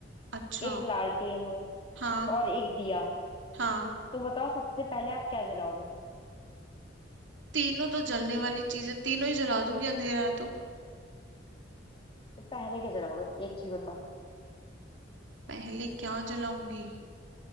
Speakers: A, on the right (about 80°); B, on the left (about 30°).
A: अच्छा
B: एक लालटेन हो
A: हाँ
B: और एक दिया
A: हाँ
B: तो बताओ सबसे पहले आप क्या जलाओगे
A: तीनों तो जलने वाली चीजें तीनों ही जला दूंगी अंधेरा है तो
B: तो पहले क्या जलाओगे एक चीज बताओ
A: पहले क्या जलाऊंगी